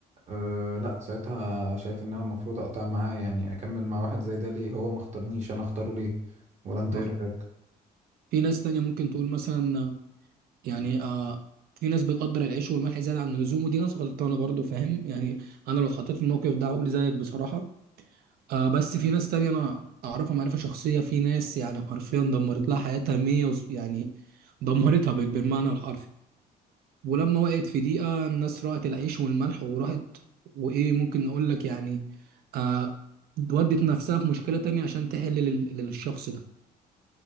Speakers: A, on the right (about 45°); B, on the right (about 65°).
A: أه لا ساعتها شايف ان انا المفروض اقطع معاه يعني اكمل مع واحد زي ده ليه هو ما اختارنيش انا اختاره ليه ولا انت
B: صح
A: ايه رايك
B: في ناس تانية ممكن تقول مثلا آه، يعني آه في ناس بتقدر العيش والملح زيادة عن اللزوم ودي ناس غلطانة برضو فاهم يعني انا لو اتحطيت في الموقف ده هقول زيك بصراحة آه بس في ناس تانية انا اعرفها معرفة شخصية في ناس يعني حرفيا دمرت لها حياتها 100 وس- يعني دمرتها بال- بالمعنى الحرفي ولما وقعت في دقيقة الناس رأت العيش والملح وراحت وإيه ممكن نقول لك يعني آه ودت نفسها في مشكلة تانية عشان تحل لل- للشخص ده